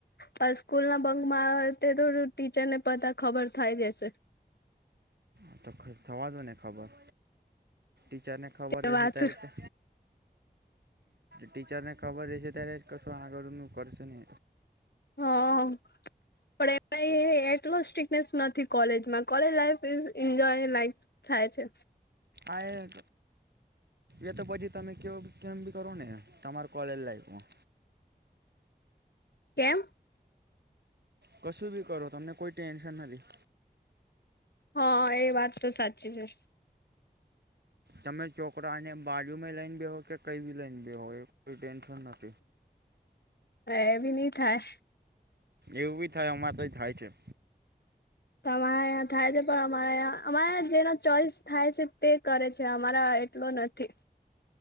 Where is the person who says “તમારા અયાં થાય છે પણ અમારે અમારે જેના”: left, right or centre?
Left